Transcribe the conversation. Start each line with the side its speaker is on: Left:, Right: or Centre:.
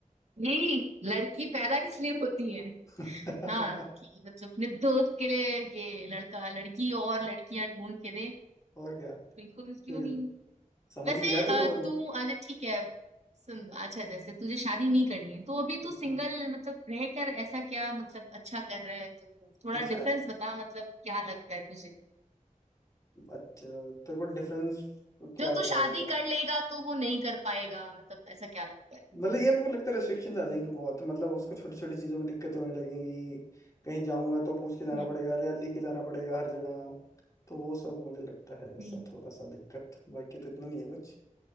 Right: यही लड़की पैदा इसलिए होती है
Left: <laughs>
Right: हाँ कि
Left: हाँ,
Right: मतलब अपने दोस्त के लिए ये लड़का लड़की और लड़कियां ढूंढ के दे
Left: और क्या
Right: बिल्कुल
Left: तो
Right: क्यों नहीं
Left: समझ
Right: वैसे
Left: गई यार तू
Right: अ,
Left: तो
Right: तू अच्छा ठीक है सुन अच्छा जैसे तुझे शादी नहीं करनी है तो अभी
Left: हम्म,
Right: तू सिंगल मतलब रह कर ऐसा क्या मतलब अच्छा कर रहा है तो थोड़ा
Left: अच्छा
Right: डिफरेंस बता मतलब क्या लगता है तुझे
Left: अच्छा तेरे को डिफरेंस क्या
Right: जो तू
Left: बताऊं
Right: शादी
Left: यार
Right: कर लेगा तो वो नहीं कर पाएगा मतलब ऐसा क्या लगता है
Left: मतलब ये मेरे को लगता है रेस्ट्रिक्शंस आ जाएंगी बहुत मतलब उसको छोटी छोटी चीज़ों में दिक्कतें होने लगेंगी कहीं जाऊंगा तो पूछ के जाना
Right: हम्म
Left: पड़ेगा या लेके जाना पड़ेगा हर जगह तो वो सब मुझे लगता है ऐसा
Right: हम्म
Left: थोड़ा सा दिक्कत बाकी तो इतना नहीं है कुछ